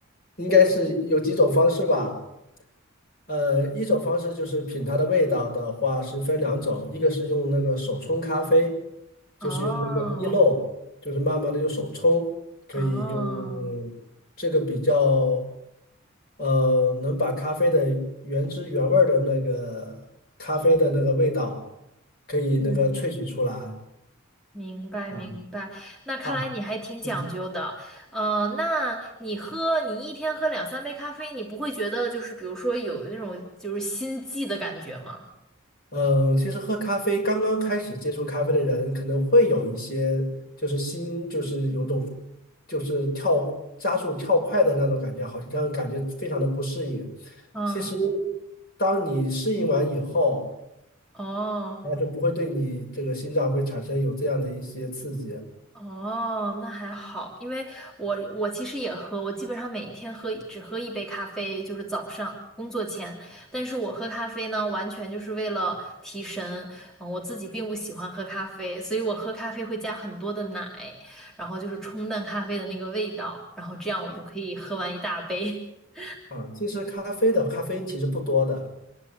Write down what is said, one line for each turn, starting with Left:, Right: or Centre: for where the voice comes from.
Left: 应该是有几种方式吧。呃，一种方式就是品它的味道的话是分两种，一个是用那个手冲咖啡，就是用那个滴漏，
Centre: 哦，
Left: 就是慢慢的用手冲，可以用这个比较，
Centre: 哦，
Left: 呃，能把咖啡的原汁原味儿的那个咖啡的那个味道，可以那个萃取出来
Centre: 嗯。明白明白，
Left: 啊，
Centre: 那看来你还挺讲究的。
Left: 哎，嗯。
Centre: 呃，那你喝，你一天喝两三杯咖啡，你不会觉得就是比如说有那种就是心悸的感觉吗？
Left: 嗯，其实喝咖啡，刚刚开始接触咖啡的人，可能会有一些就是心，就是有种就是跳加速跳快的那种感觉，好像感觉非常的不适应。
Centre: 嗯，
Left: 其实，当你适应完以后，
Centre: 哦，
Left: 那就不会对你这个心脏会产生有这样的一些刺激啊
Centre: 哦，那还好，因为我我其实也喝，我基本上每一天喝只喝一杯咖啡，就是早上工作前。但是我喝咖啡呢，完全就是为了提神。嗯，我自己并不喜欢喝咖啡，所以我喝咖啡会加很多的奶，然后就是冲淡咖啡的那个味道，然后这样我就可以喝完一大杯。<laughs>
Left: 啊。其实咖啡的咖啡因其实不多的，